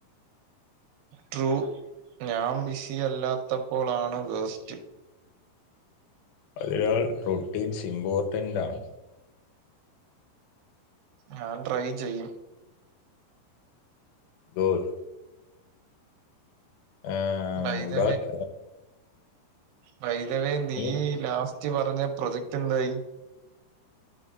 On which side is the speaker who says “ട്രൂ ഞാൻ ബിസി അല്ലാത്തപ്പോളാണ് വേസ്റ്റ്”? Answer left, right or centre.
Right